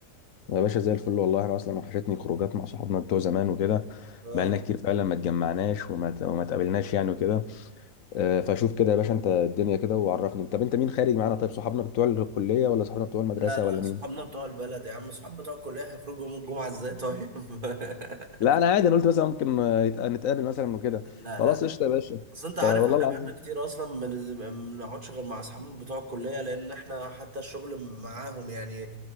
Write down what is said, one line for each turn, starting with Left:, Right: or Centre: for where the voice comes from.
Left: يا باشا زي الفل والله انا اصلا وحشتني خروجات مع صحابنا بتوع زمان وكده
Right: اه
Left: بقالنا كتير فعلا ما اتجمعناش وما ت- وما اتقابلناش يعني وكده آه، فشوف كده يا باشا انت الدنيا كده وعرفني طب انت مين خارج معانا طيب صحابنا بتوع الكليه ولا صحابنا بتوع المدرسه
Right: لا لا
Left: ولا مين
Right: صحابنا بتوع البلد يا عم صحاب بتوع الكليه هيخرجوا يوم الجمعه ازاي طيب <laughs>
Left: لا انا عادي انا قلت مثلا ممكن آه، يتق- نتقابل مثلا وكده
Right: لا
Left: خلاص
Right: لا
Left: قشطه يا باشا
Right: اصل انت عارف
Left: طب والله
Right: احنا
Left: العظيم
Right: بقالنا كتير اصلا ما بن- ما بنقعدش غير مع اصحابنا بتوع الكليه لان احنا حتى الشغل معاهم يعني